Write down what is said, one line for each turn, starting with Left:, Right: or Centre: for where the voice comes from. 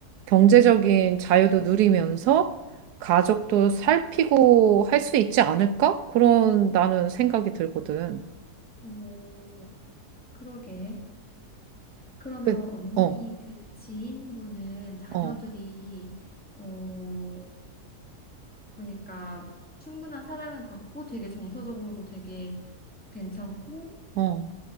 Right: 경제적인 자유도 누리면서 가족도 살피고 할 수 있지 않을까? 그런 나는 생각이 들거든.
Centre: 어, 그러게. 그러면
Right: 그-
Centre: 언니
Right: 어,
Centre: 그 지인분은 자녀들이,
Right: 어,
Centre: 어, 그러니까 충분한 사랑을 받고 되게 정서적으로도 되게 괜찮고
Right: 어.